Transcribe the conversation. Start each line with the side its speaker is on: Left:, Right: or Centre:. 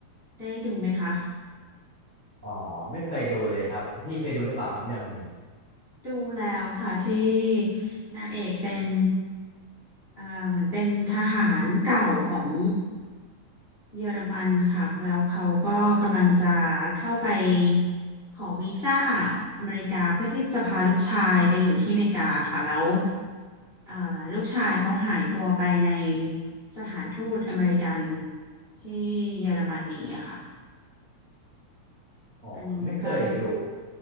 Left: ได้ดูไหมคะ
Right: อ๋อไม่เคยดูเลยครับพี่เคยดูหรือเปล่าครับเรื่องนี้
Left: ดูแล้วค่ะที่นางเอกเป็นเอ่าเหมือนเป็นทหารเก่าของเยอรมันค่ะแล้วเขาก็กำลังจะเข้าไปขอวีซ่าอเมริกาเพื่อที่จะพาลูกชายไปอยู่ที่อเมริกาค่ะแล้ว อ่าลูกชายเขาหายตัวไปในสถานทูตอเมริกันที่เยอรมนีอะค่ะ
Right: อ๋อไม่เคยดู
Left: อันนี้ก็